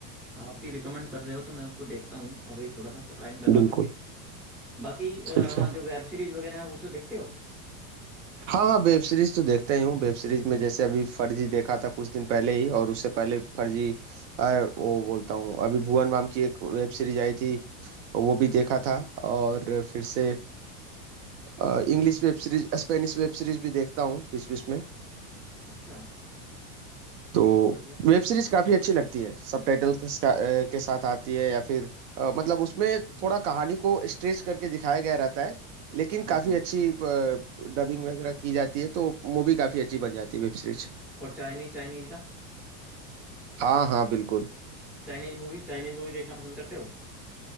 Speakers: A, in the centre; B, on the right.
A: आप भी रिकमेंड कर रहे हो तो मैं उसको देखता हूँ अभी थोड़ा सा टाइम लगा
B: बिल्कुल,
A: करके बाकी अ,
B: सही कहा।
A: जो वेब सीरीज वगैरह है उसे देखते हो
B: हाँ, हाँ, वेब सीरीज़ तो देखता ही हूँ, वेब सीरीज़ में जैसे अभी फर्जी देखा था कुछ दिन पहले ही और उससे पहले फर्जी अ, वो बोलता हूँ अभी भुवन बाम की एक वेब सीरीज़ आई थी, वो भी देखा था और फिर से अ, English web series, Spanish web series भी देखता हूँ बीच-बीच में।
A: अच्छा
B: तो
A: बहुत बढ़िया
B: वेब सीरीज काफी अच्छी लगती है सबटाइटल के सा- अ, के साथ आती है या फिर अ, मतलब उसमें थोड़ा कहानी को स्ट्रेच करके दिखाया गया रहता है लेकिन
A: हम्म
B: काफी
A: हम्म
B: अच्छी डबिंग वगैरह की जाती है तो मूवी काफी अच्छी बन जाती है वेब सीरीज
A: और चाइनीज चाइनीज का
B: हाँ हाँ बिल्कुल
A: चाइनीज मूवी चाइनीज मूवी देखना पसंद करते हो